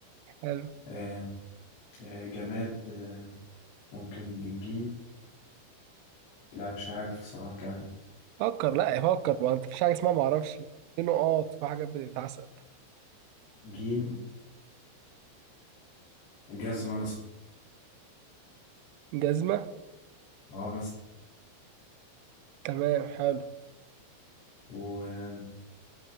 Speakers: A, on the right (about 85°); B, on the left (about 60°).
A: حلو
B: آه آه جماد آه ممكن بالجيم لا مش عارف صراحة جماد
A: فكر لا فكر ما انت مفيش حاجة اسمها ما اعرفش في نقاط في حاجات بتتعسب
B: جيم جزمة مثلا
A: جزمة
B: اه
A: تمام حلو
B: مثلا